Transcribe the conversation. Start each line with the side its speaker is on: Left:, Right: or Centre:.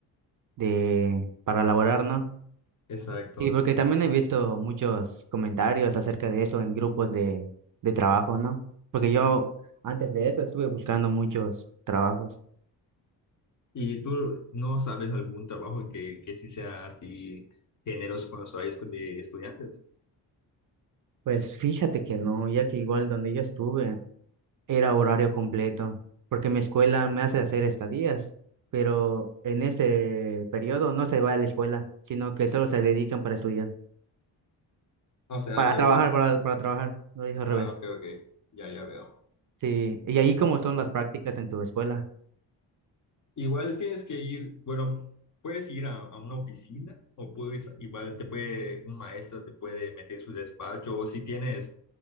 Right: de, para elaborar, ¿no?
Left: Exacto.
Right: Y porque también he visto muchos comentarios acerca de eso en grupos de, de trabajo, ¿no? Porque yo antes de eso estuve buscando muchos trabajos.
Left: ¿Y tú no sabes algún trabajo que, que sí sea así generoso con los horarios de estudiantes?
Right: Pues fíjate que no, ya que igual donde yo estuve era horario completo, porque mi escuela me hace hacer estadías, pero en ese periodo no se va a la escuela, sino que solo se dedican para estudiar,
Left: O sea,
Right: para
Left: pero
Right: trabajar,
Left: es...
Right: para, para trabajar, lo dije al revés.
Left: Ah, ok, ok. Ya, ya veo.
Right: Sí, y ahí cómo son las prácticas en tu escuela.
Left: Igual tienes que ir, bueno, puedes ir a, a una oficina o puedes, igual te puede, un maestro te puede meter en su despacho o si tienes